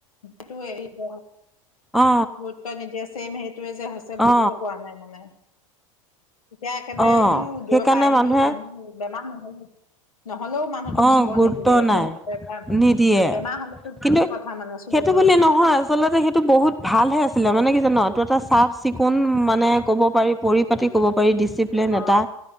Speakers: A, on the left (about 75°); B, in the centre.
A: এইটো এৰিব,
B: অ
A: ভোট বা মিদিয়া ছেম সেই। সেইটোৱে যে হৈছে বুজিয়ে
B: অ
A: পোৱা নাই মানে। এতিয়া একেবাৰে
B: অ
A: দূৰৰ
B: সেইকাৰণে
A: পৰা আহিলেও
B: মানুহে
A: মানুহ বেমাৰ নহলে নহলেও মানুহটোক
B: অ
A: চুব
B: গুৰুত্ব
A: নিদিয়ে একেবাৰে,
B: নাই
A: বেমাৰ
B: নিদিয়ে
A: বেমাৰ হলেতো দূৰৰ
B: কিন্তু
A: কথা মানে চুবলৈ
B: সেইটো বুলি নহয়, আচলতে সেইটো বহুত ভালহে আছিলে, মানে কি জানা অ টো এটা চাফ চিকুণ মানে ক'ব পাৰি পৰিপাতি কব পা ৰি দিছিপ্লেন
A: অ
B: এটা